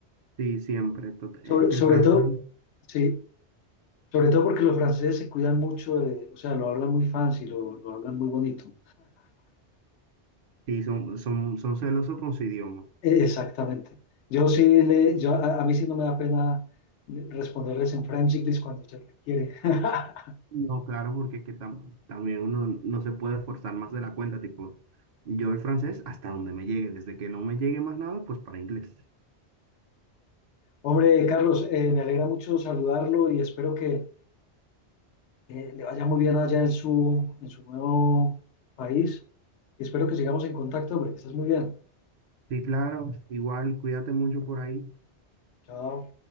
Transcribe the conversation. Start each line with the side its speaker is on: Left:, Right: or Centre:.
Right: Sí, siempre. tot-
Left: Sobre,
Right: eh, El
Left: sobre
Right: francés,
Left: todo, sí, sobre todo porque los franceses se cuidan mucho, de- o sea, lo hablan muy fancy, lo, lo hablan muy bonito.
Right: sí, son, son, son celosos con su idioma.
Left: E- exactamente. Yo sí, le, yo, a, a mí sí no me da pena responderles en Frenchlis cuando se requiere. <laughs>
Right: No, claro, porque es que tam- también uno no se puede forzar más de la cuenta, tipo, yo el francés hasta donde me llegue, desde que no me llegue más nada, pues para inglés.
Left: Hombre, Carlos, eh, me alegra mucho saludarlo y espero que eh, le vaya muy bien allá en su, en su nuevo país. Y espero que sigamos en contacto, porque estás muy bien.
Right: Sí, claro, igual, cuídate mucho por ahí.
Left: Chao.